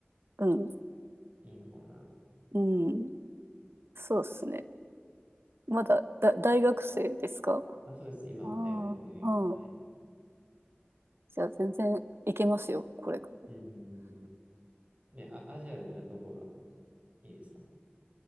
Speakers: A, on the right; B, on the right.
A: うん。
B: いいのかもな。
A: うん。そうですね。まだ、だ、大学生ですか
B: あ、そうです。今、
A: あ
B: 大学、
A: あ、ああ。
B: はい。
A: じゃあ全然いけますよ、これから。
B: うん。ね、あ、アジアだったらどこがいいですか